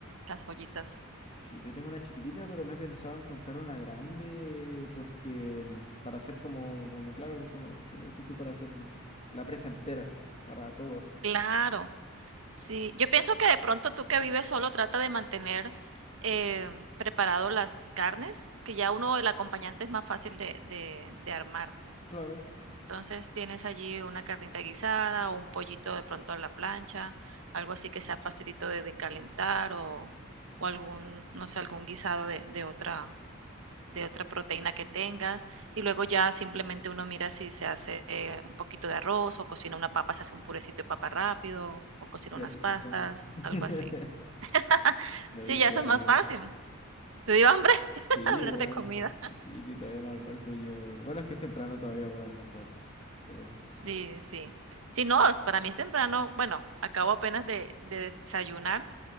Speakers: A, on the right; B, on the left.
A: las ollitas.
B: Sí, yo tengo una chiquitita, pero me he pensado en comprar una grande porque mm, para hacer como, como claro, como, como decís tú, para hacer la presa entera, así, para todos.
A: Claro. Sí, yo pienso que de pronto tú que vives solo trata de mantener, em, preparado las carnes, que ya uno el acompañante es más fácil de de de armar.
B: Claro,
A: Entonces tienes allí una carnita guisada o un pollito de pronto a la plancha, algo así que sea facilito de, de calentar o, o algún, no sé, algún guisado de, de otra, de otra proteína que tengas. Y luego ya simplemente uno mira si se hace eh, un poquito de arroz o cocina una papa, se hace un purecito de papa rápido o cocina
B: qué
A: unas
B: rico.
A: pastas,
B: <laughs>
A: algo así. <laughs>
B: Me
A: Sí,
B: diste
A: ya eso
B: hambre.
A: es más fácil. Te dio hambre <laughs>
B: Sí, weón.
A: hablar de comida.
B: Sí, que todavía no almuerzo yo. weón. Bueno, es que es temprano todavía para almorzar, pero
A: Sí, sí. Sí, no, es- para mí es temprano. Bueno, acabo apenas de, de desayunar